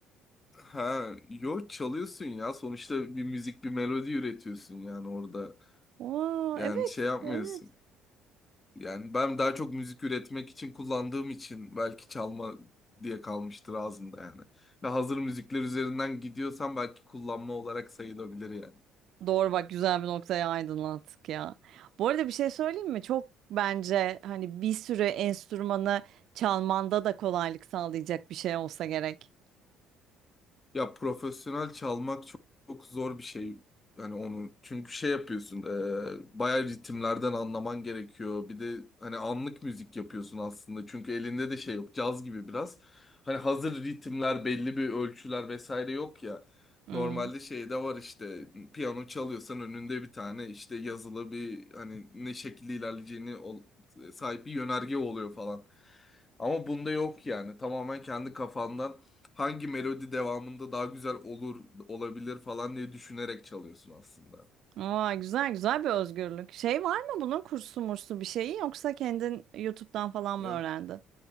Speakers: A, on the left; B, on the right.
A: Ha, yo çalıyorsun ya. Sonuçta bir müzik, bir melodi üretiyorsun yani orada.
B: Oo,
A: Yani
B: evet,
A: şey yapmıyorsun.
B: evet.
A: Yani ben daha çok müzik üretmek için kullandığım için belki çalma diye kalmıştır ağzımda yani. Ve hazır müzikler üzerinden gidiyorsam belki kullanma olarak sayılabilir yani.
B: Doğru bak güzel bir noktaya aydınlattık ya. Bu arada bir şey söyleyeyim mi? Çok bence hani bir sürü enstrümanı çalmanda da kolaylık sağlayacak bir şey olsa gerek.
A: Ya profesyonel çalmak çok, çok zor bir şey. Hani onu çünkü şey yapıyorsun, e, bayağı ritimlerden anlaman gerekiyor. Bir de hani anlık müzik yapıyorsun aslında. Çünkü elinde de şey yok, caz gibi biraz. Hani hazır ritimler, belli bir ölçüler vesaire yok ya.
B: Hmm.
A: Normalde şeyde var işte piyano çalıyorsan önünde bir tane işte yazılı bir hani ne şekilde ilerleyeceğini ol- sahip bir yönerge oluyor falan. Ama bunda yok yani. Tamamen kendi kafandan hangi melodi devamında daha güzel olur olabilir falan diye düşünerek çalıyorsun aslında.
B: Aa, güzel güzel bir özgürlük. Şey var mı bunun kursu mursu bir şeyi yoksa kendin YouTube'dan falan
A: Ya
B: mı öğrendin?